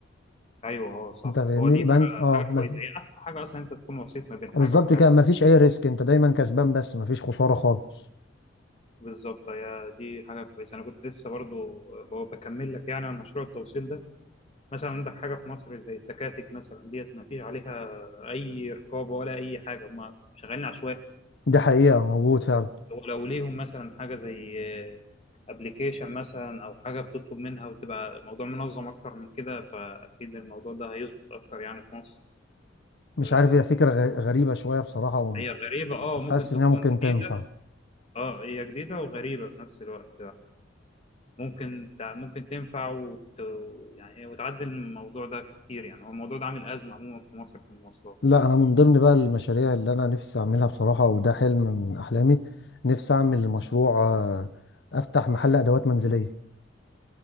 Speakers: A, on the left; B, on the left.
A: ايوه اه صح
B: انت فاهمني
A: هو دي حاجه
B: يبقى انت اه
A: حاجه
B: ما
A: كويسه
B: في...
A: هي احلى حاجه اصلا انت تكون وسيط ما بين
B: بالظبط
A: حاجه وحاجه
B: كده ما فيش اي ريسك انت دايما كسبان بس ما فيش خساره خالص
A: بالظبط هي دي حاجه كويسه انا كنت لسه برضو ب- بكمل لك يعني عن مشروع التوصيل ده مثلا عندك حاجه في مصر زي التكاتك مثلا ديت ما فيش عليها اي رقابه ولا اي حاجه هم شغالين عشوائي
B: دي حقيقه موجود فعلا
A: هو لو ليهم مثلا حاجه زي ابلكيشن مثلا او حاجه بتطلب منها وتبقى الموضوع منظم اكتر من كده فاكيد الموضوع ده هيظبط اكتر يعني في مصر
B: مش
A: آه،
B: عارف هي فكره غ- غريبه شويه بصراحه ومش
A: هي غريبه اه ممكن
B: حاسس
A: تكون
B: ان هي ممكن تنفع
A: جديده اه هي جديدة وغريبة في نفس الوقت ممكن تع- ممكن تنفع وت... يعني إيه، وتعدل الموضوع ده كتير يعني هو الموضوع ده عامل أزمة عموما في مصر في المواصلات
B: لا انا من ضمن بقى المشاريع اللي انا نفسي اعملها بصراحه وده حلم من احلامي نفسي اعمل مشروع آه، افتح محل ادوات منزليه